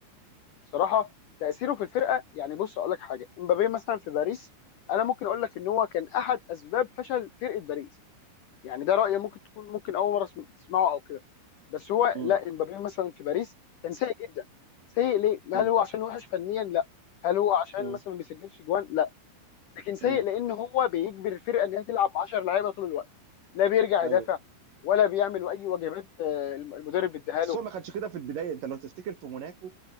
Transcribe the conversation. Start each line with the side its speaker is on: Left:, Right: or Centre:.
Left: بصراحه تاثيره في الفرقه يعني بص اقول لك حاجه امبابي مثلا في باريس انا ممكن اقول لك ان هو كان احد اسباب فشل فرقه باريس يعني ده راي ممكن تكون ممكن اول مره اسم- تسمعه او كده بس هو
Right: امم
Left: لا امبابي مثلا في باريس كان سيء جدا سيء ليه؟
Right: امم
Left: هل هو عشان وحش فنيا؟ لا هل هو عشان
Right: امم
Left: مثلا ما بيسجلش جوان؟ لا لكن سيء
Right: امم
Left: لان هو بيجبر الفرقه ان هي تلعب 10 لعيبه طول الوقت لا بيرجع يدافع
Right: ايوه
Left: ولا بيعمل اي واجبات آه، المدرب اداها
Right: بس
Left: له
Right: هو ما كانش كده في البدايه انت لو تفتكر في موناكو